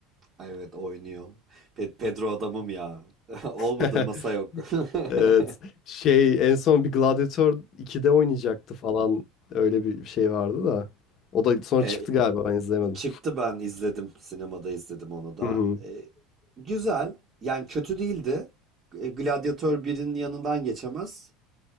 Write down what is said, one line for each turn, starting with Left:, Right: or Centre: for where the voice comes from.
Right: Ay Evet oynuyor. Pe- Pedro adamım ya. <laughs> Olmadığı
Left: <laughs>
Right: masa yok.
Left: Evet.
Right: <laughs>
Left: Şey en son bir Gladiator 2'de oynayacaktı falan. Öyle bir şey vardı da. O da sonra
Right: E,
Left: çıktı galiba ben izlemedim.
Right: çıktı ben izledim. Sinemada izledim onu da.
Left: Hı hı.
Right: E, güzel. Yani kötü değildi. E, Gladiator 1'in yanından geçemez.